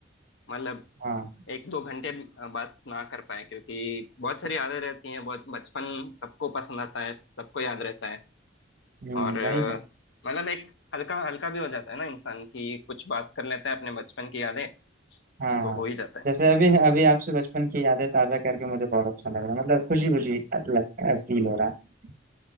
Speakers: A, on the left (about 65°); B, on the right (about 45°).
A: मतलब
B: हाँ
A: एक दो घंटे बात ना कर पाए क्योंकि बहुत सारी यादें रहती हैं बहुत बचपन सबको पसंद आता है सबको याद रहता है
B: हम्म
A: और अ,
B: वही ना
A: मतलब एक हल्का हल्का भी हो जाता है ना इंसान की कुछ बात कर लेता है अपने बचपन की यादें
B: हाँ
A: तो
B: हाँ
A: हो ही जाता है
B: जैसे अभी अभी आपसे बचपन की यादें ताजा करके मुझे बहुत अच्छा लग रहा है मतलब खुशी खुशी लग फील हो रहा है